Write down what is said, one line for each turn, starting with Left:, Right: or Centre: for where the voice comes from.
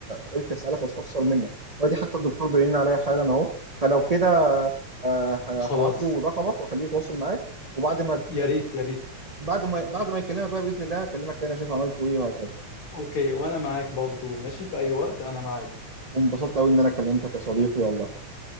Right: قلت اسالك واستفسر منك وادي حتى الدكتور بيرن عليا حالا اهو فلو كده آه
Left: خلاص
Right: هبعت له رقمك واخليه يتواصل معاك وبعد ما ت...
Left: يا ريت يا ريت
Right: بعد ما بعد ما يكلمك بقى باذن الله اكلمك تاني اشوف عملت ايه وهكذا
Left: اوكي وانا معاك برضو ماشي في اي وقت انا معاك
Right: وانبسطت قوي ان انا كلمتك يا صديقي والله